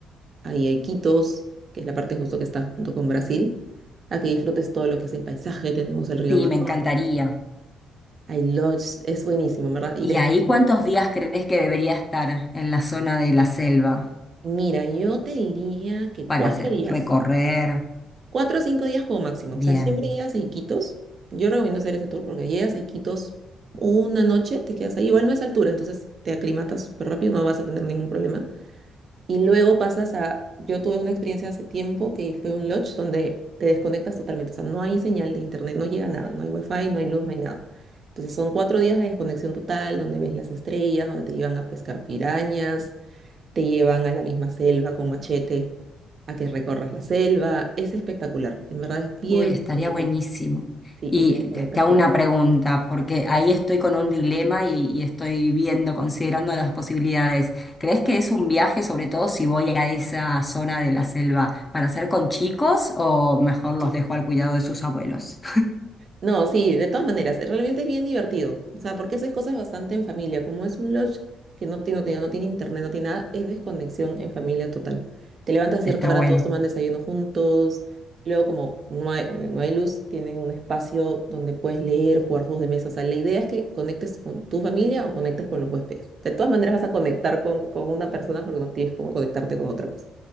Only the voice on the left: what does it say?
sí,
me encantaría.
¿Y
ahí cuántos días crees que debería estar en la zona de la selva
para
hacer
recorrer?
Bien.
Uy, estaría
buenísimo.
Y
te te hago
una pregunta, porque ahí estoy con un dilema y, y estoy viendo, considerando las posibilidades. ¿Crees que es un viaje, sobre todo si voy a esa zona de la selva, para hacer con chicos o mejor los
dejo al cuidado de sus abuelos?
<laughs> Está
bueno.